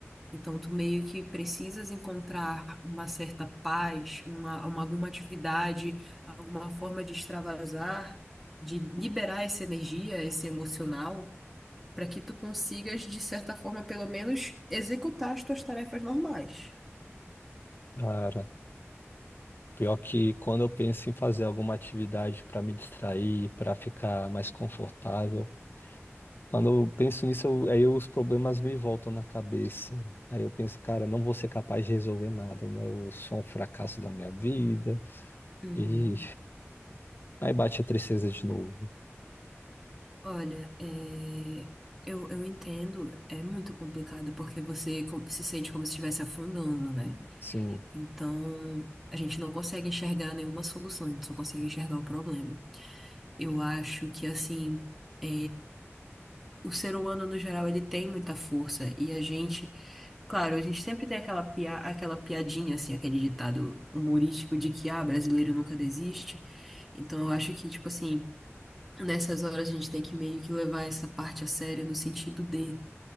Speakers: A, in the centre; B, on the left.
A: Então, tu meio que precisas encontrar uma certa paz, uma, uma- alguma atividade, alguma forma de extravasar, de liberar essa energia, esse emocional, para que tu consigas, de certa forma, pelo menos, executar as tuas tarefas normais.
B: Cara, pior que quando eu penso em fazer alguma atividade para me distrair, para ficar mais confortável, quando eu penso nisso, eu- aí os problemas me voltam na cabeça. Aí eu penso, cara, não vou ser capaz de resolver nada, né? Eu sou um fracasso da minha vida.
A: Uhum.
B: E aí bate a tristeza de novo.
A: Olha, é, eu, eu entendo, é muito complicado porque você com- se sente como se estivesse afundando, né?
B: Sim,
A: Então, a gente não consegue enxergar nenhuma solução, a gente só consegue enxergar o problema. Eu acho que assim, é, o ser humano no geral ele tem muita força e a gente, claro, a gente sempre tem aquela pia, aquela piadinha assim, aquele ditado humorístico de que ah, brasileiro nunca desiste. Então eu acho que tipo assim Nessas horas a gente tem que meio que levar essa parte a sério no sentido de,